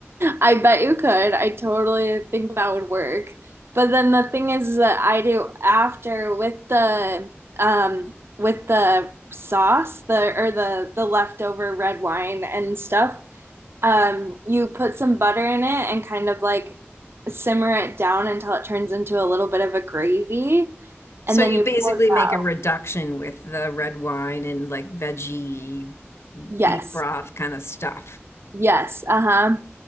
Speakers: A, on the right (about 60°); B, on the left (about 70°).
A: I bet you could. I totally think that would work. But then the thing is that I do after with the um with the sauce, the or the the leftover red wine and stuff. Um, you put some butter in it and kind of like simmer it down until it turns into a little bit of a gravy,
B: So
A: and
B: you
A: then you
B: basically
A: pour it out.
B: make a reduction with the red wine and like veggie
A: Yes.
B: beef broth kind of stuff.
A: Yes. Uh-huh.